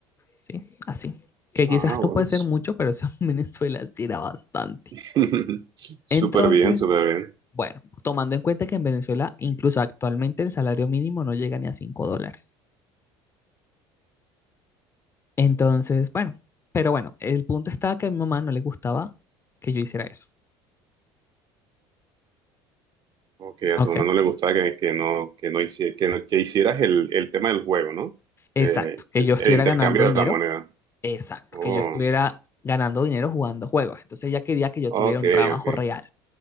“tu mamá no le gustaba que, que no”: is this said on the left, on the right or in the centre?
Right